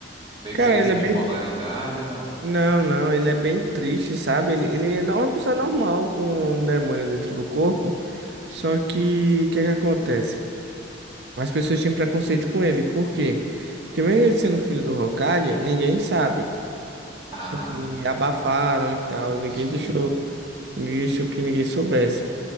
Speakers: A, on the right (about 30°); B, on the right (about 65°).
A: Meio
B: Cara,
A: que ele
B: ele
A: tem
B: é
A: bipolaridade
B: bem.
A: ou não?
B: Não, não, ele é bem triste, sabe? Ele, ele é não- uma pessoa normal com um demônio dentro do corpo. Só que, o que que acontece? As pessoas tinham preconceito com ele. Por quê? Porque mesmo ele sendo filho do Hokage, ninguém sabe.
A: Ah.
B: Porque abafaram e tal, ninguém
A: Sim.
B: deixou, ninguém deixou que ninguém soubesse.